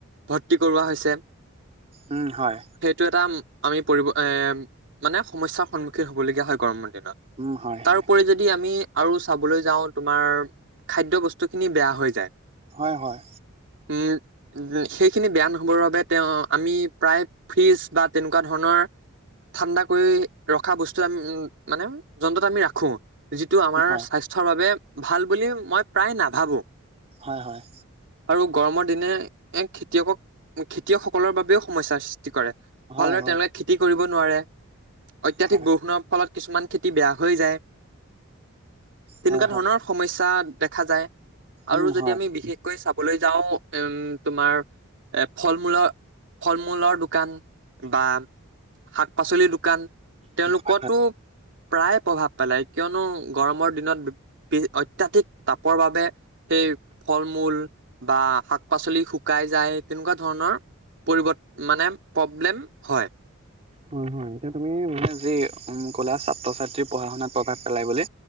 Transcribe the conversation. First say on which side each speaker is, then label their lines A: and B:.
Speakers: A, on the right; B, on the right.
A: ভৰ্তি কৰোৱা হৈছে।
B: উম হয়।
A: সেইটো এটা আমি পৰিব, এ মানে সমস্যাৰ সন্মুখীন হ'ব লগীয়া হয় গৰমৰ দিনত।
B: উম হয়
A: তাৰ
B: হয়
A: উপৰি যদি আমি আৰু চাবলৈ যাওঁ তোমাৰ খাদ্য বস্তু খিনি বেয়া হৈ যায়।
B: হয়, হয়।
A: উম। যে সেইখিনি বেয়া নহ'বৰ বাবে তেওঁ আমি প্ৰায় ফিজ বা তেনেকুৱা ধৰণৰ ঠাণ্ডা কৰি ৰখা বস্তু আমি উ মানে যন্ত্ৰত আমি ৰাখো, যিটো আমাৰ
B: উম হয়
A: স্বাস্থ্য স্থ্যৰ বাবে ভাল বুলি মই প্ৰায় নাভাবোঁ।
B: হয় হয়
A: আৰু গৰমৰ দিনে এক খেতিয়কক, খেতিয়কসকলৰ বাবেও সমস্যাৰ সৃষ্টি কৰে।
B: হয়
A: ভালদৰে
B: হয়
A: তেওঁলোকে খেতি কৰিব নোৱাৰে। অত্যাধিক
B: হয়
A: বৰষুণৰ ফলত কিছুমান খেতি বেয়া হৈ যায়। তেনেকুৱা
B: হয় হয়
A: ধৰণৰ সমস্যা দেখা যায় আৰু
B: উম
A: যদি
B: হয়
A: আমি বিশেষ কৈ চাবলৈ যাওঁ, উম তোমাৰ এ ফল-মূলৰ ফল-মূলৰ দোকান বা শাক-পাচলিৰ দোকান তেওঁলোকৰটো
B: হয়
A: প্ৰায়ে প্ৰভাৱ পেলায়, কিয়নো গৰমৰ দিনত বি, বি অত ত্যাধিক তাপৰ বাবে, সেই ফল-মূল বা শাক-পাচলি শু কাই যায়, তেনেকুৱা ধৰণৰ পৰিবত মানে প্ৰব্লেম হয়।
B: হয়, হয়। এতিয়া তুমি মানে যি কলা ছাত্ৰ-ছাত্ৰীৰ পঢ়া শুনাত প্ৰভাৱ পেলাই বুলি,